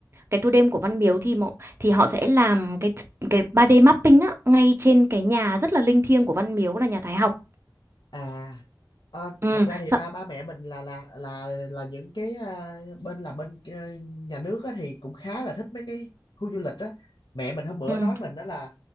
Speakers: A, on the right; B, on the left.
A: cái tour đêm của Văn Miếu thì mọi thì họ sẽ làm cái cái 3D mapping á ngay trên cái nhà rất là linh thiêng của Văn Miếu là nhà Thái học
B: À, ờ,
A: ừ,
B: thật ra thì
A: sợ,
B: ba ba mẹ mình là là là là những cái à, bên là bên ờ, nhà nước á, thì cũng khá là thích mấy cái khu du lịch á. Mẹ mình hôm bữa
A: ừ.
B: nói mình đó là